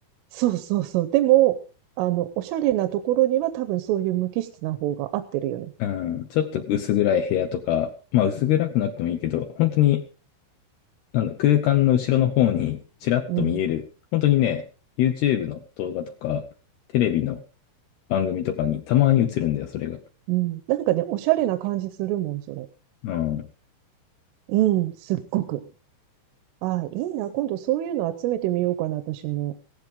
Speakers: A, on the right; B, on the left.
A: そうそうそう。でも、あの、おしゃれなところには多分そういう無機質な方が合ってるよね。
B: うん、ちょっと薄暗い部屋とか、まあ薄暗くなくてもいいけど、本当に、なんだ、空間の後ろの方にちらっと見える、
A: うん。
B: 本当にね、YouTube の動画とか、テレビの番組とかにたまに映るんだよ、それが。
A: うん。なんかね、おしゃれな感じするもん、それ。
B: うん。
A: うん、すっごく。ああ、いいな。今度そういうの集めてみようかな、私も。